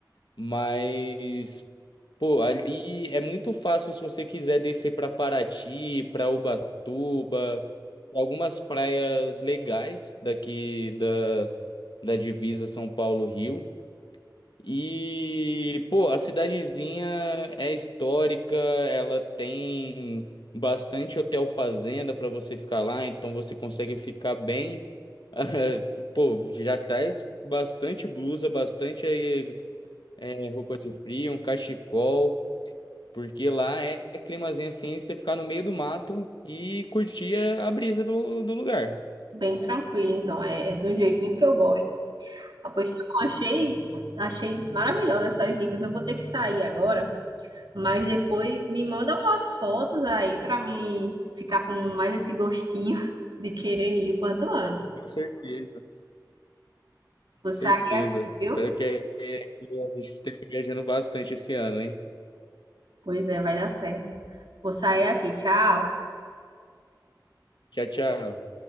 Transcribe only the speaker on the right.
bem tranquilo, então é, é do jeitinho que eu gosto. Ah, pois tá bom, achei, achei maravilhosa essas dicas. Eu vou ter que sair agora, mas depois me manda umas fotos aí pra me ficar com mais esse gostinho <laughs> de querer ir o quanto antes.
Vou
sair aqui, viu?
Pois é, vai dar certo. Vou sair aqui. Tchau.